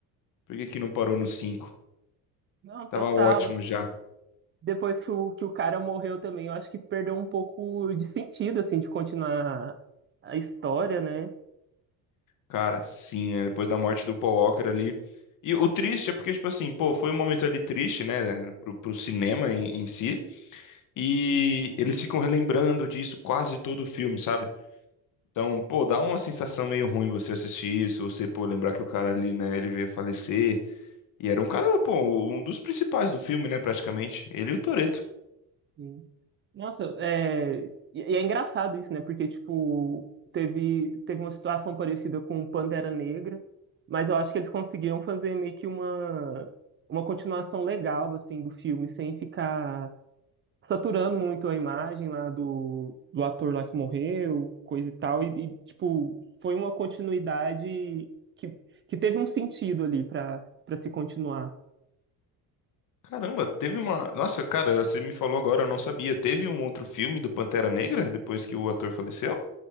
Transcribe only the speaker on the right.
Não, total.
Depois que o, que o cara morreu também, eu acho que perdeu um pouco de sentido, assim, de continuar a história, né?
Sim. Nossa, é... E e é engraçado isso, né? Porque, tipo, teve, teve uma situação parecida com o Pantera Negra, mas eu acho que eles conseguiram fazer meio que uma, uma continuação legal, assim, do filme, sem ficar saturando muito a imagem lá do, do ator lá que morreu, coisa e tal. E, e, tipo, foi uma continuidade que, que teve um sentido ali para para se continuar.